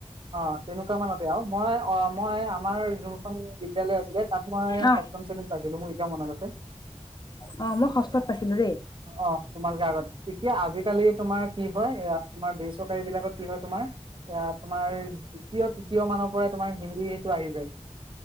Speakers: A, on the right; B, on the left.
A: অ তেনেকুৱা মানতে। মই অ মই আমাৰ যোনখন বিদ্যালয় আছিলে তাত মই
B: অ
A: সপ্তম শ্ৰেণীত পাইছিলো, মোৰ এতিয়াও মনত। আ <unintelligible>
B: অ মই ষষ্ঠত পাইছিলো দেই
A: অ তোমালোকে আগত। এতিয়া আজিকালি তোমাৰ কি হয় এ তোমাৰ বেচৰকাৰী বিলাকত কি হয় তোমাৰ এ তোমাৰ দ্বিতীয়, তৃতীয় মানৰ পৰাই তোমাৰ হিন্দী সেইটো আহি যায়।